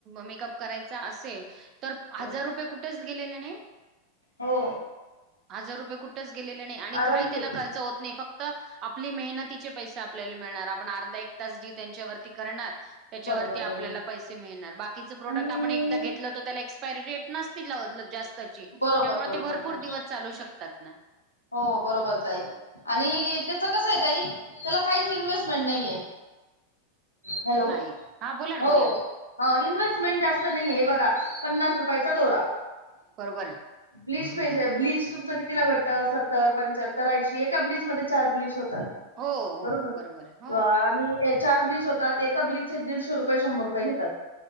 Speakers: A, on the right (about 35°); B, on the left (about 80°).
A: मेकअप करायचं असेल तरं
B: बरोबर
A: हजांर रुपये कुठंचं गेले नाहीं
B: हो
A: हजार रुपये कुंठचं गेलेले नाहीं आणि
B: आरामशीर
A: कांहीं त्यांला खर्च होतं नाहीं फक्तं आपली मेहनतीचे पैसे आपल्याला मिळणारं आपणं अर्धा एक तास जी त्यांच्यावरती करणारं त्यांच्यावरची
B: बरोबर
A: आपल्यांला
B: बरोबर
A: पैसे मिळणारं बाकीचे प्रोडक्टं
B: आणि
A: आपणं एकदाचं घेतलं तरं त्यांला एक्सपायरी डेटं नसती लां जास्तं त्यांमुळे
B: बरोबर बरोबर
A: ते भरंपूर
B: ताई
A: दिवसं चालूं शकतांत नां
B: हो बरोबर ताई आणि त्याचं कसं आहेेत त्यांला कांहींच इन्व्हेस्टमेंट नाहींये हॅलो
A: नाही. हां बोला ना,
B: हो
A: बोला ना.
B: हो इन्व्हेस्टमेंट जास्तं नाहीं हे बघां पन्नास रुपयांचा दोरां
A: बरं
B: ब्लीच पहिजे ब्लीच तुमचं कितीलां भेटतं सत्तर पंच्याहत्तर ऐंशी एकां ब्लीच मध्यें चार ब्लीच होतांत
A: हो, हो.
B: बरोबर
A: आहे. हो,
B: अं आं चार ब्लीच होतांत एकां ब्लीचचे दीडशे रुपये शंभर रुपये घेतांत